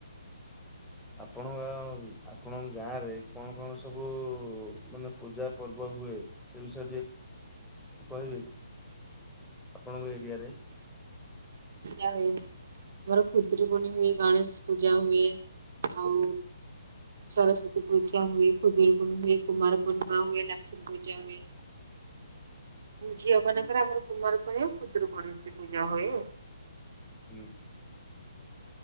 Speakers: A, in the centre; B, on the right.
A: ଆପଣଙ୍କ ଆପଣଙ୍କ ଗାଁ ରେ କଣ କଣ ସବୁ ମାନେ ପୂଜା ପର୍ବ ହୁଏ? ସେ ବିଷୟରେ ଟିକେ କହିବେ କି? ଆପଣଙ୍କ ଏରିଆରେ।
B: <unintelligible> ଆମର ଖୁଦୁରୁକୁଣୀ ହୁଏ ଗଣେଶ ପୂଜା ହୁଏ ଆଉ ସରସ୍ଵତୀ ପୂଜା ହୁଏ ଖୁଦୁରୁକୁଣୀ ହୁଏ କୁମାର ପୁର୍ଣିମା ହୁଏ ଲକ୍ଷ୍ମୀ ପୂଜା ହୁଏ। ଝିଅ ମାନଙ୍କରେ ଆମର କୁମାର ପୂର୍ଣ୍ଣିମା ଖୁଦୁରୁକୁଣୀ ଏମତି ପୂଜା ହୁଏ।
A: ହୁଁ।